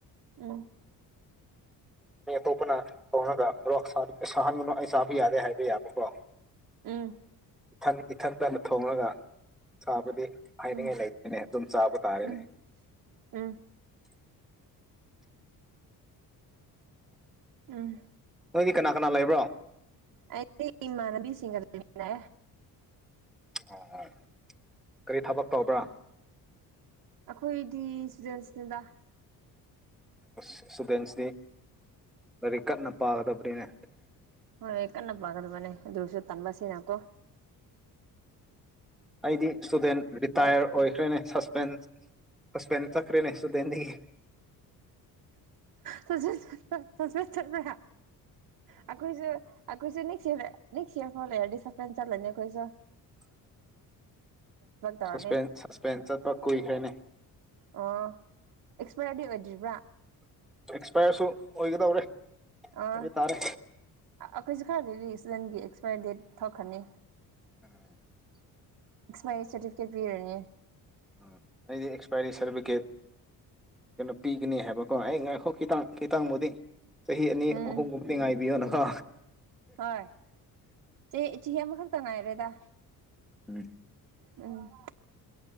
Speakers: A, on the right; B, in the centre.
A: ꯎꯝ
B: ꯑꯩ ꯑꯇꯣꯞꯄꯅ ꯇꯧꯔꯒ ꯕ꯭ꯔꯣꯛ ꯁꯥꯍꯟꯕꯅꯣ ꯑꯩ ꯆꯥꯕ ꯌꯥꯗꯦ ꯍꯥꯏꯕ ꯌꯥꯕꯀ꯭ꯔꯣ
A: ꯎꯝ
B: ꯏ ꯊꯪ ꯏꯊꯪ ꯇ ꯊꯣꯉꯒ ꯆꯕꯗꯤ ꯍꯥꯏꯅꯤꯡꯉꯥꯏ
A: ꯎꯝ
B: ꯂꯩꯇꯅꯦ ꯑꯗꯨꯝ ꯆꯥꯕ ꯇꯥꯔꯦꯅꯦ
A: ꯎꯝ ꯎꯝ
B: <unintelligible>
A: ꯎꯝ
B: ꯅꯣꯏꯗꯤ ꯀꯅꯥ ꯀꯅꯥ ꯂꯩꯕ꯭ꯔꯣ
A: ꯑꯩꯗꯤ ꯏꯃꯅꯕꯤꯁꯤꯡꯒꯔ ꯂꯩꯅ
B: ꯑꯣ ꯀꯔꯤ ꯊꯕꯛ ꯇꯧꯕ꯭ꯔꯥ
A: ꯑꯩꯈꯣꯏꯗꯤ ꯏꯁꯇꯨꯗꯦꯟꯁꯅꯦꯗ
B: ꯏꯁꯇꯨꯗꯦꯟꯁꯤꯗꯤ ꯂꯥꯏꯔꯤꯛ ꯀꯟꯅ ꯄꯥꯒꯗꯕꯅꯤꯅꯦ
A: ꯍꯣꯏ ꯀꯟꯅ ꯄꯒꯗ ꯃꯅꯦ ꯑꯗꯨꯁꯨ ꯇꯥꯟꯕꯁꯤꯅꯀꯣ
B: ꯑꯩꯗꯤ ꯏꯁꯇꯨꯗꯦꯟ ꯔꯤꯇꯥꯌꯔ ꯑꯣꯏꯈ꯭ꯔꯦꯅꯦ ꯁꯁꯄꯦꯟ ꯁꯁꯄꯦꯟ ꯆꯠꯈ꯭ꯔꯦꯅꯦ ꯏꯁꯇꯨꯗꯦꯟꯗꯒꯤ
A: ꯁ ꯁꯁꯃ ꯆꯠꯄ ꯑꯩꯈꯣꯏꯁꯨ ꯀꯣꯏꯁꯨ ꯅ ꯅ ꯐꯣ ꯍꯥꯏꯗꯤ ꯁꯁꯄꯦꯟꯂꯅꯤ ꯀꯣꯏꯁꯣ
B: ꯎ
A: ꯇꯧꯔꯅꯤ
B: ꯁꯁꯄꯦꯟ ꯁꯁꯄꯦꯟꯁ ꯆꯠꯄ ꯀꯨꯏꯈ꯭ꯔꯦꯅꯦ
A: ꯑꯣ ꯑꯦꯛꯁꯄꯌꯔꯗꯤ ꯑꯣꯏꯗ꯭ꯔꯤꯕ꯭ꯔꯥ
B: ꯑꯦꯛꯁꯄꯥꯌꯔꯁꯨ ꯑꯣꯏꯒꯗꯧꯔꯦ
A: ꯑꯥ
B: ꯍꯥꯏꯕ ꯇꯥꯔꯦ
A: ꯑꯩꯈꯣꯏꯁꯨ ꯈꯔ ꯂꯩꯔꯤ ꯏꯁꯗꯟꯒꯤ ꯑꯦꯛꯁꯄꯥꯏꯔꯤ ꯗꯦꯠ ꯊꯛꯈꯅꯤ
B: ꯑꯝ
A: ꯑꯦꯛꯁꯄꯔꯤ ꯁꯔꯇꯤꯐꯤꯦꯠ ꯄꯤꯔꯅꯤꯦ
B: ꯎ ꯑꯩꯗꯤ ꯑꯦꯛꯁꯄꯥꯏꯔꯤ ꯁꯥꯔꯇꯤꯐꯤꯀꯦꯠ ꯀꯩꯅꯣ ꯄꯤꯒꯅꯤ ꯍꯥꯏꯕꯀꯣ ꯑꯩ ꯉꯥꯏꯈꯣ ꯈꯤꯇꯪ ꯈꯤꯇꯪꯕꯨꯗꯤ ꯆꯍꯤ ꯑꯅꯤ
A: ꯎꯝ
B: ꯑꯍꯨꯝꯒꯨꯝꯕꯗꯤ ꯉꯥꯏꯕꯤꯌꯣꯅꯀꯣ
A: ꯍꯣꯏ ꯆꯍꯤ ꯆꯍꯤ ꯑꯃꯈꯛꯇ ꯉꯥꯏꯔꯦꯗ
B: ꯎꯝ
A: ꯎꯝ